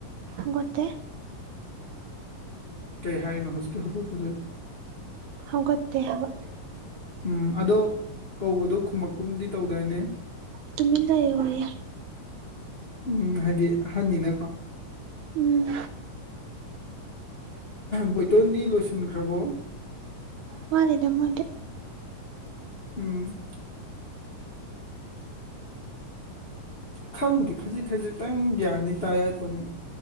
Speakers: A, on the right; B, on the left.
A: ꯉꯗꯦ
B: ꯀꯩ ꯍꯥꯏꯅꯣ ꯍꯧꯖꯤꯛꯀꯤ ꯍꯧꯗꯣꯛꯄꯗ
A: ꯍꯒꯠꯇꯦ ꯍꯥꯏꯕ
B: ꯎꯝ ꯑꯗꯣ ꯀꯧꯕꯗꯣ ꯈꯨꯃꯀꯨꯝꯗꯤ ꯇꯧꯗꯥꯏꯅꯦ
A: ꯇꯨꯃꯤ ꯂꯩꯏ
B: ꯎꯝ ꯍꯥꯏꯗꯤ ꯑꯍꯟꯅꯤꯅꯀꯣ
A: ꯎꯝ
B: ꯕꯣꯏꯇꯣꯟꯗꯤ ꯂꯣꯏꯁꯤꯟꯈ꯭ꯔꯕꯣ
A: ꯃꯥꯅꯤꯗ ꯃꯗꯦ <unintelligible>
B: ꯎꯝ ꯈꯪꯗꯦ ꯈꯖꯤꯛ ꯈꯖꯤꯛꯇꯪ ꯒ꯭ꯌꯥꯟꯗꯤ ꯇꯥꯏ ꯍꯥꯏ ꯄꯣꯅꯤ